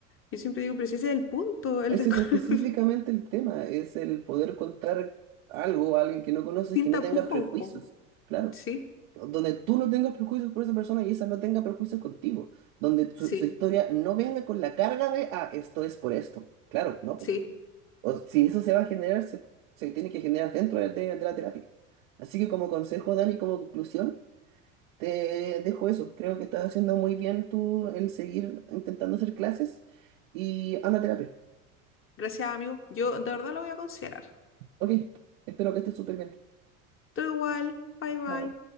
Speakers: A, on the left; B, on the right.
A: Yo siempre digo, pero si ese es el punto, el
B: ese
A: desconocido,
B: es específicamente el tema, es el poder contar algo a alguien que no
A: <laughs>
B: conoces
A: sin
B: que no
A: tapujos,
B: tenga prejuicios.
A: po".
B: Claro,
A: Sí,
B: donde tú no tengas prejuicios por esa persona y esa no tenga prejuicios contigo, donde su,
A: sí,
B: su historia no venga con la carga de, ah, esto es por esto. Claro, no, pues.
A: sí.
B: O, si eso se va a generar, se, se tiene que generar dentro de, de de la terapia. Así que como consejo, Dani, como conclusión. Te dejo eso. Creo que estás haciendo muy bien tú el seguir intentando hacer clases y anda a terapia.
A: Gracias, amigo. Yo de verdad lo voy a considerar.
B: Ok, espero que estés súper bien.
A: Todo igual. Bye, bye.
B: Chao.